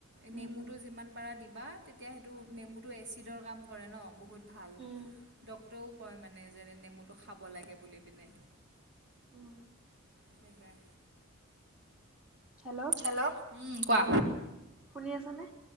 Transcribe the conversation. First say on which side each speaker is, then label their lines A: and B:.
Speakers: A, on the right (about 55°); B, in the centre.
A: নেমুটো
B: উম
A: যিমান পাৰা দিবা তেতিয়া সেইটো নেমুটো এচিডৰ কাম কৰে ন? বহুত ভাল,
B: উম
A: ডক্টৰেও কয় মানে যে নেমুটো খাব লাগে বুলি পিনে।
B: উম।
A: সেইবাই
B: হেল্ল'?
A: হেল্ল'? উম, কোৱা।
B: শুনি আছানে?